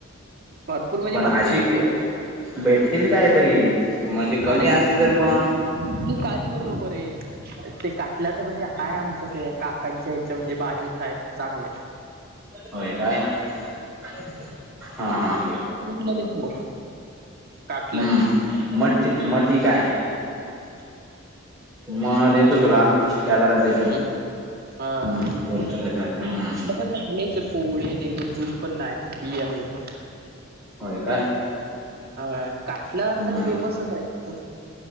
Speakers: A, on the right; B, in the centre.
A: भरपूर म्हणजे
B: पण
A: भरपूर
B: अशी
A: देतो
B: भेटतील काय तरी म्हणजे कमी
A: अरे
B: असली
A: भेटतील.
B: तर मग
A: तू काळजी करु नको रे. ते काटल्याचं म्हणजे आहे आमच्या ते काकांच्या याच्या म्हणजे बागीेत आहेत चांगले.
B: होय काय हा हा.
A: ते तुला देतो. काटलाचे
B: हम्म म टी म टीक आहे.
A: ठीक आहे.
B: मग देतो तुला, त्या दरात देतो.
A: हम्म. हा
B: हम्म
A: <unintelligible>
B: बोल त्याच्यात हम्म
A: पण चांगलेत रे कोवळी आहेत एकदम जुन पण नाही बी आहे एकदम.
B: होय काय
A: हा काटला
B: हम्म
A: तर फेमसच आहे एकदम.